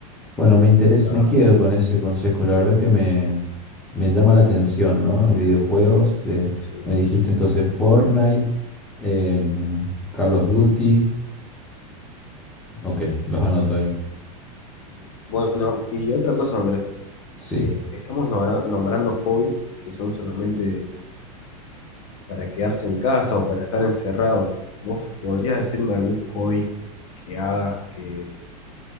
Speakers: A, in the centre; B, on the left.
A: Bueno, me interesa,
B: La-
A: me quedo con ese consejo. La verdad que me, me llama la atención, ¿no? Videojuegos. eh,
B: sí,
A: me dijiste entonces Fortnite, eh, Call of Duty. Ok, los anoto ahí.
B: sí. Bueno, y otra cosa, Andrés,
A: Sí.
B: eh, estamos nombra- nombrando hobbies que son solamente para quedarse en casa o para estar encerrado. ¿Vos podrías decirme algún hobby que hagas que